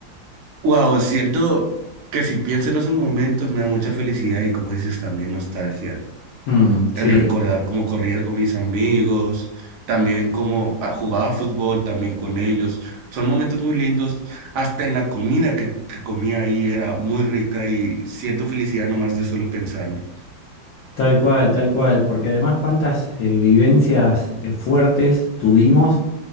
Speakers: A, on the right; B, on the left.
A: Wow, siento que si pienso en esos momentos me da mucha felicidad y como dices, también nostalgia
B: Mm, sí,
A: el recordar cómo corría con mis amigos, también cómo ah, jugaba fútbol también con ellos. Son momentos muy lindos. Hasta en la comida que, que comía ahí era muy rica y siento felicidad nomás de solo pensarlo.
B: Tal cual, tal cual, porque además cuántas eh, vivencias eh, fuertes tuvimos,